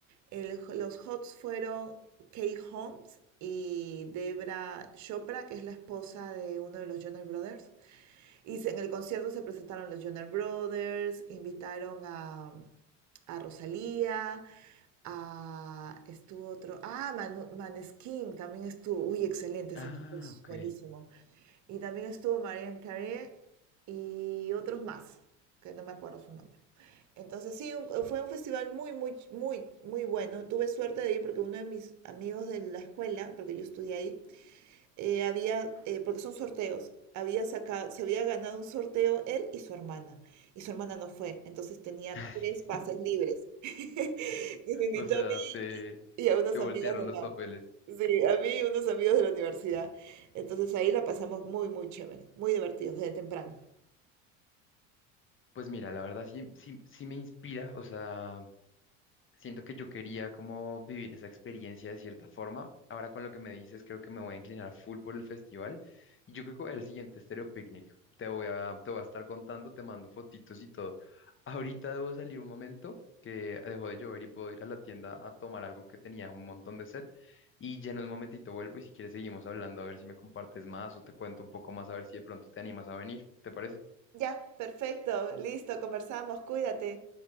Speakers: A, on the right (about 50°); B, on the left (about 35°).
A: el- los HOTS fueron Kate Holmes y Debra Chopra, que es la esposa de uno de los Jonas Brothers. Y en el concierto se presentaron los Jonas Brothers, invitaron a, a Rosalía, a, estuvo otro, ah, Manu- Maneskin también estuvo, uy, excelente, ese
B: Ah,
A: chico es
B: ok.
A: buenísimo. Y también estuvo Marianne Carey y otros más, que no me acuerdo su nombre. Entonces sí, un- fue un festival muy, muy, muy, muy bueno. Tuve suerte de ir porque uno de mis amigos de la escuela, porque yo estudié ahí, eh, había, eh, porque son sorteos, había sacado, se había ganado un sorteo él y su hermana, y su hermana no fue, entonces tenía
B: <laughs>
A: tres pases libres. <laughs> Y me invitó
B: O sea,
A: a mí
B: se,
A: y a unos
B: se voltearon
A: amigos de
B: los
A: la,
B: papeles.
A: sí, a mí y unos amigos de la universidad. Entonces ahí la pasamos muy, muy chévere, muy divertidos desde temprano.
B: Pues mira, la verdad sí, sí, sí me inspira, o sea, Siento que yo quería como vivir esa experiencia de cierta forma. Ahora con lo que me dices, creo que me voy a inclinar full por el festival. Y yo creo que voy al siguiente Stereo Picnic. Te voy a, te voy a estar contando, te mando fotitos y todo. Ahorita debo salir un momento que dejó de llover y puedo ir a la tienda a tomar algo que tenía un montón de sed. Y ya en un momentito vuelvo y si quieres seguimos hablando a ver si me compartes más o te cuento un poco más a ver si de pronto te animas a venir. ¿Te parece?
A: Ya, perfecto, listo, conversamos, cuídate.